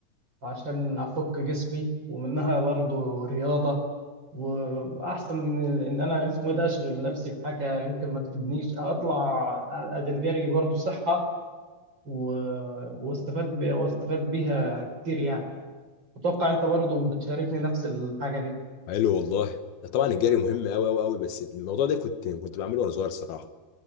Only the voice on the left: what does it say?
قال له والله ده طبعا الجري مهم أوي أوي أوي بس الموضوع ده كنت كنت بعمله وأنا صغير الصراحة